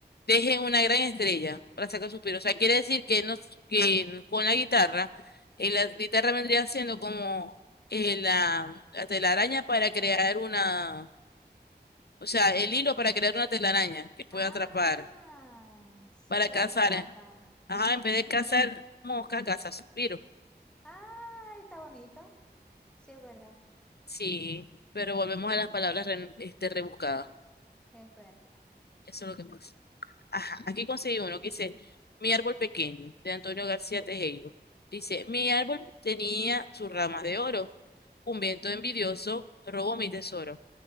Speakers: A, on the left; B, in the centre.
A: dejen una gran estrella para sacar suspiro. O sea, quiere decir que, no, que con la guitarra, eh, la guitarra vendría siendo como eh, la, la telaraña para crear una, o sea, el hilo para crear una telaraña que pueda
B: Ah,
A: atrapar,
B: sí,
A: para cazar.
B: atrapa.
A: eh. Ajá, en vez de cazar
B: Eh,
A: moscas, caza suspiro.
B: ah, está bonito. Sí, es verdad,
A: Sí, pero volvemos a las palabras re- este, rebuscadas.
B: es verdad.
A: Eso es lo que pasa. Ajá, aquí conseguí uno que dice Mi árbol pequeño, de Antonio García Tejero. Dice, mi árbol tenía sus ramas de oro. Un viento envidioso robó mi tesoro.